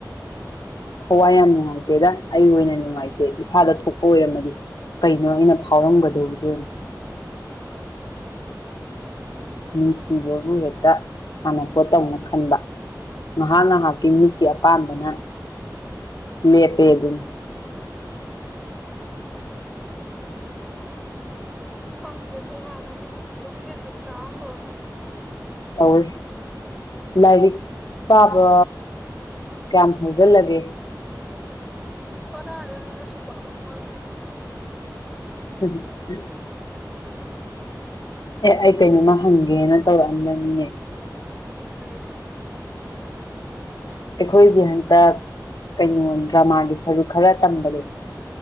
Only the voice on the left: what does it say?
ꯊꯋꯥꯏ ꯌꯥꯝ ꯅꯨꯡꯉꯥꯏꯇꯦꯗ ꯑꯩ ꯑꯣꯏꯅ ꯅꯨꯡꯉꯥꯏꯇꯦ ꯏꯁꯥꯗ ꯊꯣꯛ ꯑꯣꯏꯔꯝꯃꯗꯤ ꯀꯩꯅꯣ ꯑꯩꯅ ꯐꯥꯎꯔꯝꯒꯗꯧꯁꯦ
ꯃꯤ ꯁꯤꯕꯕꯨ ꯍꯦꯛꯇ ꯁꯥꯟꯅꯄꯣꯠ ꯇꯧꯅ ꯈꯟꯕ ꯉꯥꯏꯍꯥꯛ ꯉꯥꯏꯍꯥꯛꯀꯤ ꯃꯤꯠ ꯑꯄꯥꯝꯕꯅ ꯂꯦꯞꯄꯦ ꯑꯗꯨ
ꯑꯣꯏ ꯂꯥꯏꯔꯤꯛ ꯄꯥꯕ ꯀꯌꯥꯝ ꯍꯧꯖꯤꯜꯂꯒꯦ
ꯎꯝ ꯎꯝ ꯑꯦ ꯑꯩ ꯀꯩꯅꯣꯃ ꯍꯪꯒꯦꯅ ꯇꯧꯔꯛꯑꯝꯕꯅꯤꯅꯦ
ꯑꯩꯈꯣꯏꯒꯤ ꯍꯟꯇꯛ ꯀꯩꯅꯣ ꯗ꯭ꯔꯃꯥꯒꯤ ꯁꯔꯨꯛ ꯈꯔ ꯇꯝꯕꯗꯣ